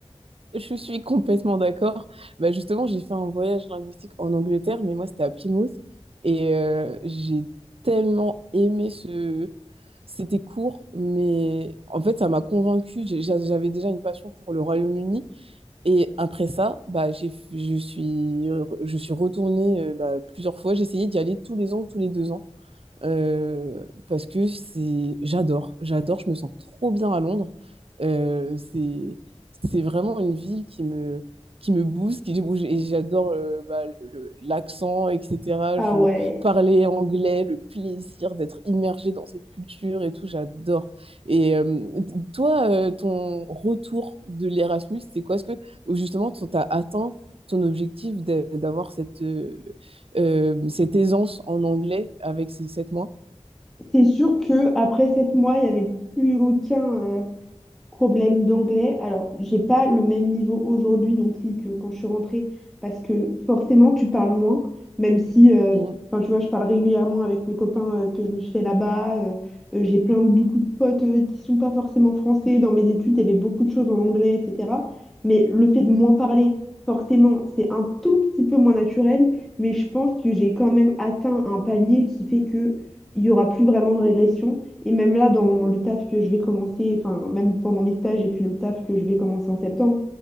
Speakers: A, on the right; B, in the centre.
A: Je suis complètement d'accord. Bah justement, j'ai fait un voyage linguistique en Angleterre, mais moi, c'était à Plymouth. Et euh, j'ai tellement aimé ce... C'était court, mais en fait, ça m'a convaincue. J'ai- j'a- J'avais déjà une passion pour le Royaume-Uni. Et après ça, bah, j'ai, je suis, je suis retournée euh, bah, plusieurs fois. J'ai essayé d'y aller tous les ans, tous les deux ans euh, parce que c'est, j'adore, j'adore, je me sens trop bien à Londres. Euh, c'est, c'est vraiment une ville qui me, qui me booste, qui, où j'- et j'adore euh, bah, le- le- l'accent, etc.
B: Ah
A: Je
B: ouais.
A: parlais anglais, le plaisir d'être immergée dans cette culture et tout, j'adore. Et euh, toi, euh, ton retour de l'Erasmus, c'est quoi? Est-ce que justement, tu as atteint ton objectif d'a- d'avoir cette, euh, euh, cette aisance en anglais avec ces sept mois.
B: C'est sûr que après sept mois, il y avait plus aucun, euh, Problème d'anglais. Alors, j'ai pas le même niveau aujourd'hui non plus que quand je suis rentrée, parce que forcément, tu parles moins, même si, euh,
A: Mm.
B: enfin, tu vois, je parle régulièrement avec mes copains euh, que je me suis fait là-bas. euh, euh, j'ai plein du coup de potes euh, qui sont pas forcément français. Dans mes études, il y avait beaucoup de choses en anglais, etc. Mais le fait de moins parler, forcément, c'est un tout petit peu moins naturel, mais je pense que j'ai quand même atteint un palier qui fait que il y aura plus vraiment de régression. Et même là, dans le taf que je vais commencer, enfin, même pendant mes stages et puis le taf que je vais commencer en septembre,